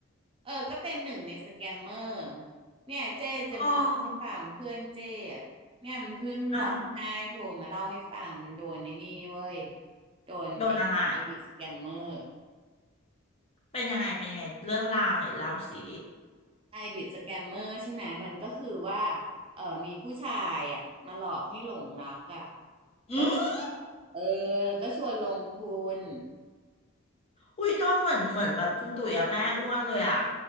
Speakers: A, on the right; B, on the left.
A: เออก็เป็นหนึ่งในสแกมเมอร์เนี่ยเจ้จะมาเล่าให้ฟังเพื่อนเจ้อะเนี่ยมันเพิ่งร้องไห้โทรมาเล่าให้ฟังมันโดนในนี่เว้ย
B: โอ้อ่ะ
A: โดนไอ้ไอบิดสแกมเมอร์
B: โดนอะไรเป็นยังไงเป็นยังไงเรื่องราวหน่อยเล่าสิ
A: ไอบิดสแกมเมอร์ใช่ไหมมันก็คือว่าเออมีผู้ชายอ่ะมาหลอกให้หลงรักอ่ะ
B: อืม
A: แล้วเออแล้วก็ชวนลงทุน
B: อุ้ยโดนเหมือนเหมือนแบบคุณตุ๋ยอะแม่อ้วนเลยอะ